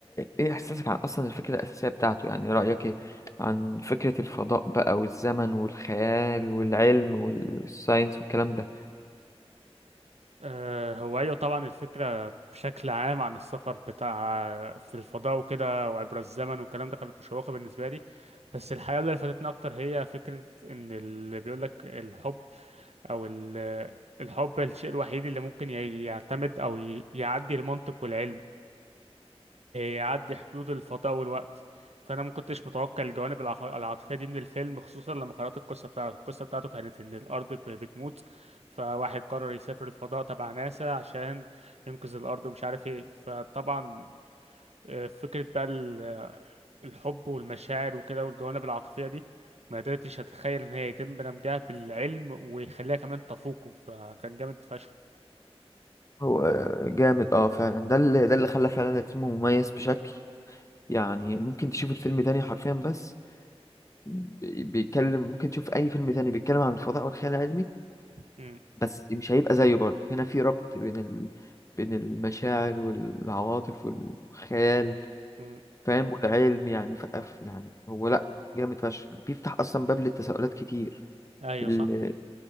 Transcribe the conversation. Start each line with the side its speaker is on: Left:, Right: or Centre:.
Left: ايه احساسك عن اصلا الفكرة الأساسية بتاعته يعني رأيك ايه عن فكرة الفضاء بقى والزمن والخيال والعلم والساينس والكلام ده
Right: آه، هو أيوة طبعا الفكرة بشكل عام عن السفر بتاع في الفضاء وكده وعبر الزمن والكلام ده كانت مشوقة بالنسبة لي بس الحقيقة اللي لفتتني أكتر هي فكرة إن اللي بيقولك الحب أو ال- الحب الشيء الوحيد اللي ممكن ي- يعتمد أو ي- يعدي المنطق والعلم يعدي حدود الفضاء والوقت فانا ما كنتش متوقع الجوانب العق- العاطفيه دي من الفيلم خصوصا لما قرات القصه بتاعته القصه بتاعته كانت ان الارض ب- بتموت فواحد قرر يسافر الفضاء تبع ناسا عشان ينقذ الارض ومش عارف ايه فطبعا آه، فكره بقى ال- آه، الحب والمشاعر وكده والجوانب العاطفيه دي ما قدرتش اتخيل ان هي يتم دمجها بالعلم ويخليها كمان تفوقه فكان جامد فشخ
Left: هو جامد اه فعلا ده اللي ده اللي خلى فعلا الفيلم مميز بشكل يعني ممكن تشوف الفيلم تاني حرفيا بس بي- بيتكلم ممكن تشوف اي فيلم تاني بيتكلم عن الفضاء والخيال العلمي
Right: م-
Left: بس مش هيبقى زيه برضه هنا في ربط بين ال... بين المشاعر والعواطف والخيال
Right: م.
Left: فاهم والعلم يعني ف... ف- يعني هو لا جامد فشخ بيفتح اصلا باب للتساؤلات كتير
Right: ايوه
Left: ال...
Right: صح